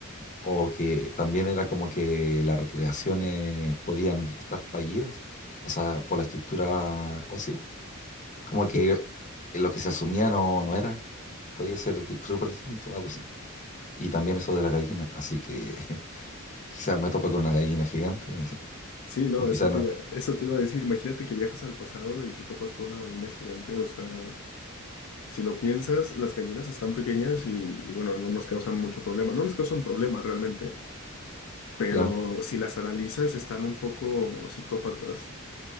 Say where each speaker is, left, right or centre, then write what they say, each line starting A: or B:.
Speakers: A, on the left; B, on the left.
A: O que también era como que las recreaciones podían estar fallidas, o sea, por la estructura ósea, como que lo que se asumía no, no era, podía ser tipo súper distinto, algo así. Y también eso de la gallina, así que <laughs> quizás me tope con una gallina gigante, no sé,
B: Sí, no,
A: o quizás
B: eso te
A: no,
B: iba, eso te iba a decir. Imagínate que viajas al pasado y te topas con una gallina gigante. O sea, si lo piensas, las gallinas están pequeñas y, y bueno, no nos causan mucho problema. No nos causan problema realmente, pero
A: claro.
B: si las analizas, están un poco psicópatas.